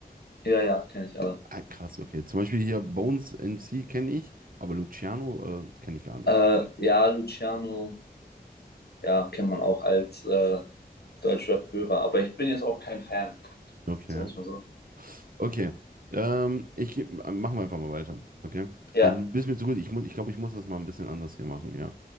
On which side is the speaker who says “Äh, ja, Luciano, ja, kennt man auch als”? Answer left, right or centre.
Left